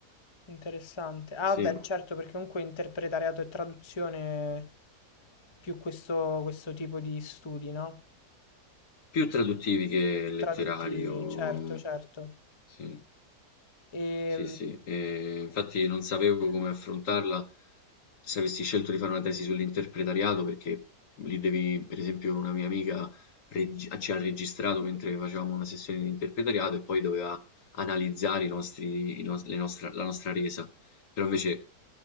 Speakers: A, on the left; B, on the left.
A: interessante. Ah
B: sì,
A: beh, certo, perché comunque interpretariato e traduzione più questo, questo tipo di studi, no?
B: più traduttivi che
A: Più
B: letterari
A: Traduttivi,
B: o mm,
A: certo, certo.
B: sì.
A: E,
B: Sì, sì, ehm, infatti non sapevo come affrontarla se avessi scelto di fare una tesi sull'interpretariato, perché lì devi, per esempio, una mia amica regi- ci ha registrato mentre facevamo una sessione di interpretariato e poi doveva analizzare i nostri, i nos- le nostra- la nostra resa. Però invece